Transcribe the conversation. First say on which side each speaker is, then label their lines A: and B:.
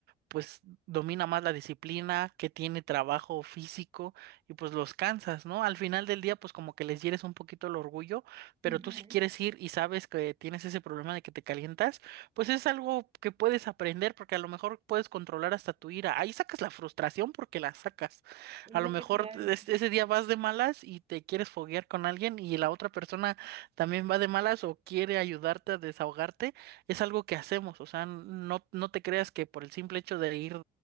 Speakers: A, on the right; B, on the right.
A: pues domina más la disciplina, que tiene trabajo físico y pues los cansas, ¿no? Al final del día pues como que les hieres un poquito el orgullo, pero
B: Ujú,
A: tú si quieres ir y sabes que tienes ese problema de que te calientas, pues es algo que puedes aprender porque a lo mejor puedes controlar hasta tu ira. Ahí sacas la frustración porque la sacas.
B: Es
A: A lo
B: lo
A: mejor
B: que te iba a decir.
A: es- ese día vas de malas y te quieres foguear con alguien y la otra persona también va de malas o quiere ayudarte a desahogarte es algo que hacemos, o sea, no, no te creas que por el simple hecho de ir